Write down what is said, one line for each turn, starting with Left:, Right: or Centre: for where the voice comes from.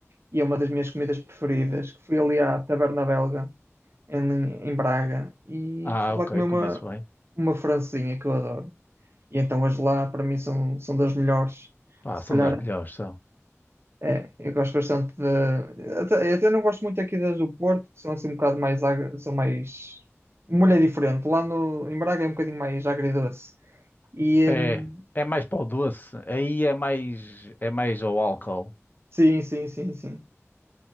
Right: e é uma das minhas comidas preferidas, que fui ali à Taberna Belga, em, em Braga, e
Left: Ah,
Right: fui
Left: ok,
Right: lá comer uma,
Left: conheço bem.
Right: uma francesinha que eu adoro. E então as lá, para mim, são, são das melhores.
Left: Ah,
Right: Se
Left: são
Right: calhar
Left: das melhores, são.
Right: É, eu gosto bastante de. Até, eu até não gosto muito aqui das do Porto, que são assim um bocado mais. agri- São mais. Uma mulher diferente. Lá no, em Braga é um bocadinho mais agridoce. E.
Left: É,
Right: hum,
Left: é mais para o doce, aí é mais, é mais ao álcool.
Right: Sim, sim, sim, sim.